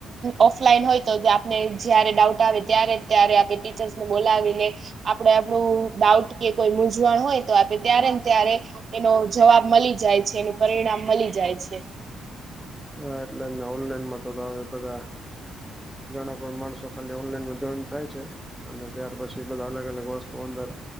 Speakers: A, on the right; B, in the centre.
A: ઓફલાઈન હોય તો આપને જય્યારે ડાઉટ આવે ત્યારે ત્યારે આપણે ટીચર્સને બોલાવીને આપડે આપણું ડાઉટ કે કોઈ મૂઝવણ હોય તો આપે ત્યારે ને ત્યારે એનો જવાબ મળી જાય છે, એનું પરિણામ મળી જાય છે.
B: હા એટલે ઓનલાઈનમાં તો બધા. ઘણા પણ માણસો ખાલી ઓનલાઈન જોઈન થાય છે અને ત્યાર પછી. બધા અલગ અલગ વસ્તુ અંદર.